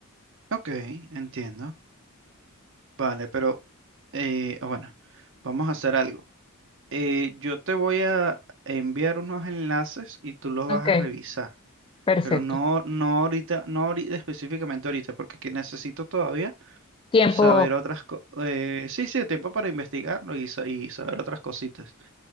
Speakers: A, on the right (about 60°); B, on the left (about 25°).
A: Ok, entiendo. Vale, pero eh, bueno, vamos a hacer algo. Eh, yo te voy a enviar unos enlaces y tú los
B: Ok,
A: vas a revisar,
B: perfecto.
A: pero no, no ahorita, no ahorita, específicamente ahorita, porque que necesito todavía.
B: Tiempo
A: saber otras cosas. sí, sí, tiempo para investigarlo y, sa- y saber otras cositas.